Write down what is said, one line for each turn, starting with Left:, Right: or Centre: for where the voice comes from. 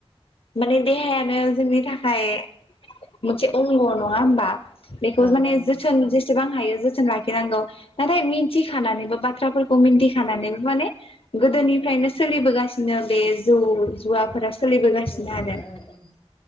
Left: माने देहायानो जोंनि थाखाय मोनसे अंग नङा होमबा बेखौ
Centre: ओं
Left: माने
Centre: ओं
Left: जोथोन जेसेबां हायो जोथोन लाखि नांगौगौ नाथाय मिथि खानानैबो बाथ्राफोरखौ मिथि खानानैबो माने गोदोनिफ्रायनो
Centre: ओं
Left: सोलिबोगासिनो बे जौ जुवाफोरा सोलिबोगासिनो
Centre: उ उ
Left: आरो
Centre: उ